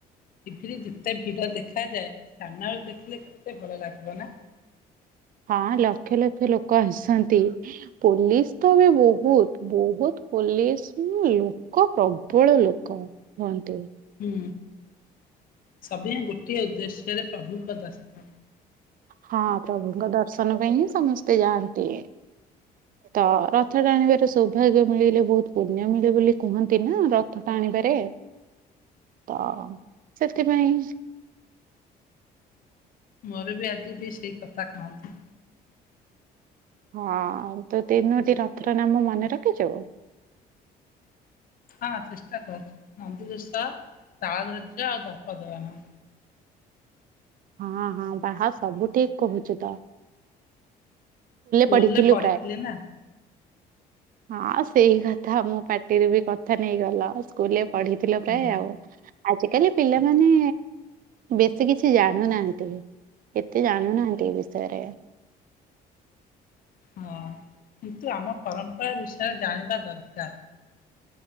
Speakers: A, on the left (about 55°); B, on the right (about 55°).
A: ଟିଭିରେ ଯେତେ ଭିଡ ଦେଖାଯାଏ ସାମନାରେ ଦେଖିଲେ କେତେ ଭଲ ଲାଗିବ ନା।
B: ହଁ ଲକ୍ଷ ଲକ୍ଷ ଲୋକ ଆସନ୍ତି ପୋଲିସ ତ ବି ବହୁତ୍। ବହୁତ୍ ପୋଲିସ ଲୋକ ପ୍ରବଳ ଲୋକ ହୁଅନ୍ତି।
A: ହୁଁ ସଭିଏଁ ଗୋଟିଏ ଉଦ୍ଦେଶ୍ୟରେ ପ୍ରଭୁକ ଦର୍ଶନ
B: ହଁ ପ୍ରଭୁଙ୍କ ଦର୍ଶନ ପାଇଁ ହିଁ ସମସ୍ତେ ଯାଆନ୍ତି।
A: ହ
B: ତ ରଥ ଟାଣିବାର ସୌଭାଗ୍ୟ ମିଳିଲେ ବହୁତ ପୁଣ୍ୟ ମିଳେ ବୋଲି କୁହନ୍ତି ନା ରଥ ଟାଣିବାରେ।
A: ହଁ
B: ତ ସେଥିପାଇଁ
A: ମୋର ବି ଆଜି ବି ସେଇ କଥା କହନ୍ତି।
B: ହଁ ତୁ ତିନୋଟି ରଥର ନାମ ମନେ ରଖିଛୁ।
A: ହଁ ଚେଷ୍ଟା କର ନନ୍ଦୀଘୋଷ ତାଳ ଦ୍ଵଜ ଆଉ ଦର୍ପଦଳନ।
B: ହଁ ହଁ ବାହା ସବୁ ଠିକ କହୁଛୁ ତ।
A: ସ୍କୁଲରେ
B: ପଢିଥିଲୁ
A: ପଢିଥିଲି
B: ପ୍ରାୟ।
A: ନା।
B: ହଁ ସେଇ କଥା ମୁଁ ପାର୍ଟିରୁ ବି କଥା ନେଇଗଲ ସ୍କୁଲରେ ପଢିଥିଲ
A: ହୁଁ
B: ପ୍ରାୟ ଆଉ। ଆଜିକାଲି ପିଲାମାନେ ବେଶୀ କିଛି ଜାଣୁନାହାନ୍ତି। ଏତେ ଜାଣୁନାହାନ୍ତି ଏ ବିଷୟରେ।
A: ହଁ କିନ୍ତୁ ଆମ ପରମ୍ପରା ବିଷୟରେ ଜାଣିବା ଦରକାର।